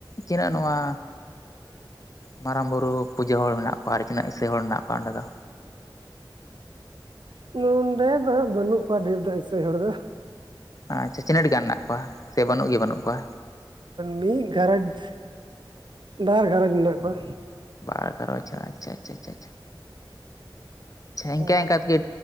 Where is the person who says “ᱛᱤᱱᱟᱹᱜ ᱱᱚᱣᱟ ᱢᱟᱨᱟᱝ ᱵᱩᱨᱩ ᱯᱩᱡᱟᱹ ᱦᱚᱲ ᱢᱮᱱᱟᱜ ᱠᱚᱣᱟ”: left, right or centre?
Left